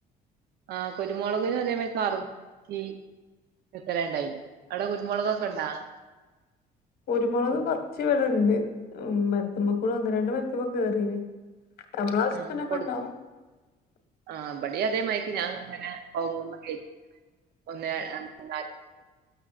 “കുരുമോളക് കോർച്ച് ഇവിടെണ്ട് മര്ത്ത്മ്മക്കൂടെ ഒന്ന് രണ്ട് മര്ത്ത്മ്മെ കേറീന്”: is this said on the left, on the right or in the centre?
Left